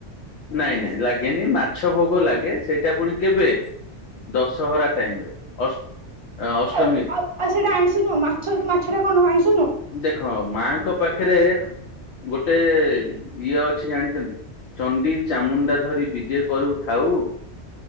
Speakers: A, on the left; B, on the right.
A: ନାଇଁ ନାଇଁ ଲାଗେନି ମାଛ ଭୋଗ ଲାଗେ ସେଇଟା ପୁଣି କେବେ ଦଶହରା ଟାଇମ୍ ରେ। ଅଷ୍ଟ ଏ ଅଷ୍ଟମୀ
B: ଆଉ ଆଉ ସେଟା ଆଇଁଷ ନୁହଁ ମାଛ ମାଛ ଟା କଣ ଆଇଷ
A: ଦେଖ ମାଙ୍କ ପାଖରେ ଗୋଟେ ଇଏ ଅଛି ଜାଣିଚନ୍ତି ଚଣ୍ଡି ଚାମୁଣ୍ଡା ଧରି ବିଜେ କରୁଥାଉ